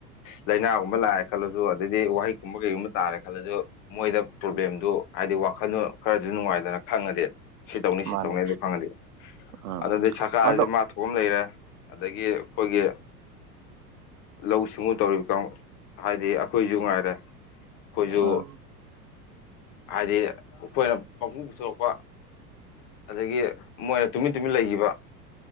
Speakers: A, on the left; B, on the right.
A: ꯂꯥꯏꯅꯥꯒꯨꯝꯕ ꯂꯥꯛꯑꯦ ꯈꯜꯂꯁꯨ ꯑꯗꯩꯗꯤ ꯋꯥꯍꯍꯤꯛꯀꯨꯝꯕ ꯀꯩꯒꯨꯝꯕ ꯇꯥꯔꯦ ꯈꯜꯂꯁꯨ ꯃꯣꯏꯗ ꯄ꯭ꯔꯣꯕ꯭ꯂꯦꯝ ꯗꯨ ꯍꯥꯏꯗꯤ ꯋꯥꯈꯟꯗꯣ ꯈꯔꯗꯤ ꯅꯨꯡꯉꯥꯏꯗꯅ ꯈꯪꯉꯗꯤ ꯁꯤ ꯇꯧꯅꯤ ꯁꯤ
B: ꯃꯥꯅꯦ
A: ꯇꯧꯅꯤ ꯍꯥꯏꯗꯨ ꯈꯪꯉꯗꯤ
B: ꯎꯝ
A: ꯑꯗꯨꯗꯩꯩ ꯁꯔꯀꯥꯔꯁꯤꯁꯨ
B: ꯑꯗꯣ
A: ꯃꯥꯊꯣꯛꯄꯃ ꯂꯩꯔꯦ ꯑꯗꯒꯤ ꯈꯣꯏꯒꯤ ꯂꯧꯎ ꯁꯤꯡꯎ ꯇꯧꯔꯤꯕ ꯀꯥꯡꯉꯨ ꯑꯥ ꯍꯥꯏꯗꯤ ꯑꯩꯈꯣꯏꯁꯨ ꯉꯥꯏꯔꯦ ꯈꯣꯏꯁꯨ
B: ꯎꯝ
A: ꯍꯥꯏꯗꯤ ꯎꯈꯣꯏꯅ ꯄꯪꯄꯨ ꯄꯨꯊꯣꯔꯛꯄ ꯑꯗꯒꯤ ꯃꯣꯏꯅ ꯇꯨꯃꯤꯟ ꯇꯨꯃꯤꯟ ꯂꯩꯈꯤꯕ